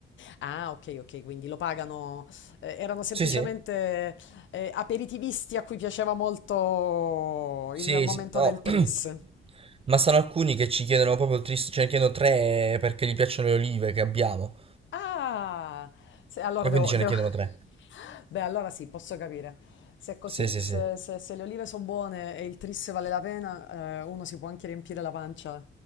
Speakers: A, on the left; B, on the right.
A: Ah, ok, ok, quindi lo pagano, eh, erano semplicemente
B: Sì, sì.
A: eh, aperitivisti a cui piaceva molto
B: Sì,
A: il momento
B: sì, no.
A: del tris.
B: <clears throat> Ma sono alcuni che ci chiedono proprio il tris, ce ne chiedono tre perché gli piacciono le olive che abbiamo.
A: Ah, se- allora
B: E
A: devo,
B: quindi ce
A: devo-
B: ne chiedono tre.
A: <laughs> Beh, allora sì, posso capire. Se è così,
B: Sì, sì,
A: se,
B: sì.
A: se- se le olive sono buone e il tris vale la pena, eh, uno si può anche riempire la pancia